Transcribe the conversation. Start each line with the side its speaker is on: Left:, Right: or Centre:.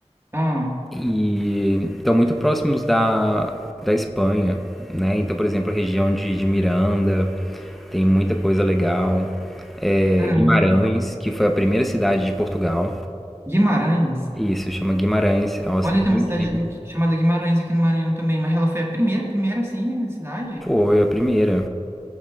Right: Ah,
Centre: E estão muito próximos da, da Espanha, né? Então, por exemplo, a região de, de Miranda, Tem muita coisa legal. É,
Right: caramba.
Centre: Guimarães, que foi a primeira cidade de Portugal.
Right: Guimarães?
Centre: Isso, chama Guimarães. É uma cidade
Right: Olha, tem uma
Centre: incrível.
Right: cidade de- chamada Guimarães aqui no Maranhão também, mas ela foi a primeira, primeira assim, minha cidade.
Centre: Foi a primeira.